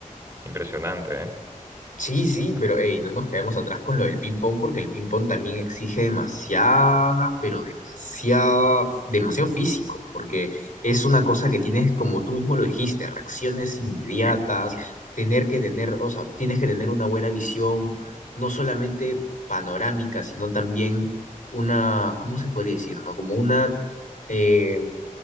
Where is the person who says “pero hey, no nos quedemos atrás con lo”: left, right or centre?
Left